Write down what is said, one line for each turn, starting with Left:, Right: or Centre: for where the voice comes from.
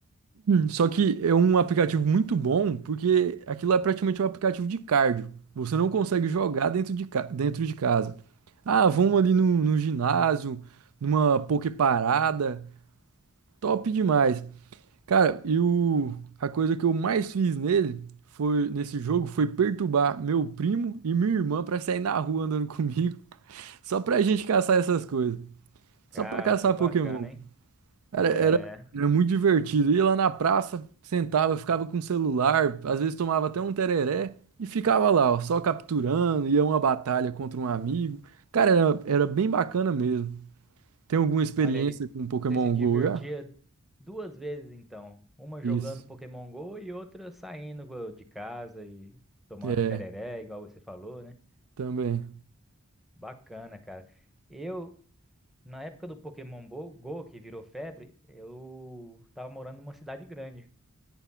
Right: Só que é um aplicativo muito bom, porque aquilo é praticamente um aplicativo de cardio. Você não consegue jogar dentro de, ca- dentro de casa. Ah, vamos ali no, no ginásio, numa poke parada. Top demais. Cara, e o... a coisa que eu mais fiz nele foi nesse jogo foi perturbar meu primo e minha irmã pra sair na rua andando <laughs> comigo, só pra gente caçar essas coisas,
Centre: Cara,
Right: só pra caçar
Centre: que bacana,
Right: Pokémon.
Centre: hein?
Right: Cara,
Centre: É.
Right: era, era muito divertido. Ia lá na praça, sentava, ficava com o celular, às vezes tomava até um tereré e ficava lá, ó, só capturando, ia uma batalha contra um amigo. Cara, era, era bem bacana mesmo. Tem alguma experiência
Centre: Olha aí,
Right: com Pokémon
Centre: você se divertia
Right: Go já?
Centre: duas vezes então, uma
Right: Isso.
Centre: jogando Pokémon Go e outra saindo co- de casa e tomando
Right: É,
Centre: tereré, igual você falou, né?
Right: também.
Centre: Bacana, cara. Eu, na época do Pokémon Bo- Go, que virou febre, eu tava morando numa cidade grande.